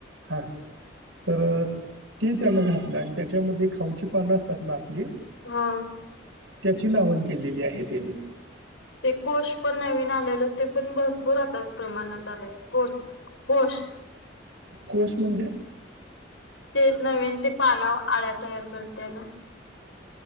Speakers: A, on the right; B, on the left.
A: हां तर ते त्याना घातलं आणि त्याच्यामध्ये खाऊची पानं असतात ना आपली
B: हा
A: त्याची लावण केलेली आहे त्याने
B: ते कोष पण नवीन आलेल ते पण भरपूर आता प्रमाणात आलंय कोश
A: कोश म्हणजे
B: ते नवीन ते पाना आळ्या तयार करते ना